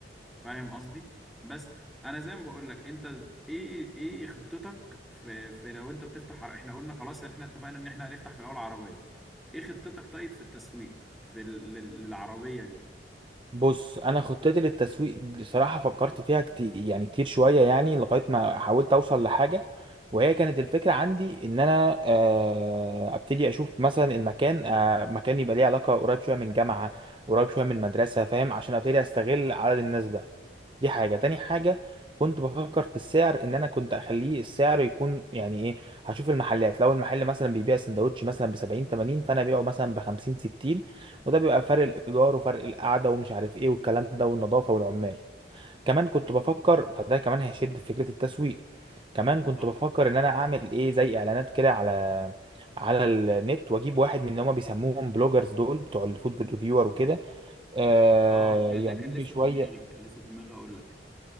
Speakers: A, in the centre; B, on the right.
A: فاهم قصدي بس انا زي ما بقول لك انت ايه ايه خطتك في, في لو انت بتفتح عر- احنا قلنا خلاص ان احنا اتفقنا ان احنا هنفتح في الاول عربية ايه خطتك طيب في التسويق في ال- لل- للعربية دي
B: بص انا خطتي للتسويق بصراحه فكرت فيها كتير يعني كتير شويه يعني لغايه ما حاولت اوصل لحاجه وهي كانت الفكره عندي ان انا آه، ابتدي اشوف مثلا المكان آه، مكان يبقى ليه علاقه قريب شويه من جامعه قريب شويه من مدرسه فاهم عشان ابتدي استغل عدد الناس ده دي حاجة تاني حاجة كنت بفكر في السعر ان انا كنت اخليه السعر يكون يعني ايه هشوف المحلات لو المحل مثلا بيبيع سندوتش مثلا ب 70 80 فانا ابيعه مثلا ب 50 60 وده بيبقى فرق الايجار وفرق القعده ومش عارف ايه والكلام ده والنظافه والعمال كمان كنت بفكر فده كمان هيشد في فكره التسويق كمان كنت
A: صح
B: بفكر ان انا اعمل ايه زي اعلانات كده على على النت واجيب واحد من اللي هما بيسموهم بلوجرز دول بتوع الفود ريفيور وكده آه
A: اه ده
B: يعملوا
A: ده كان لسه
B: لي شويه
A: في دماغي كان لسه في دماغي اقول لك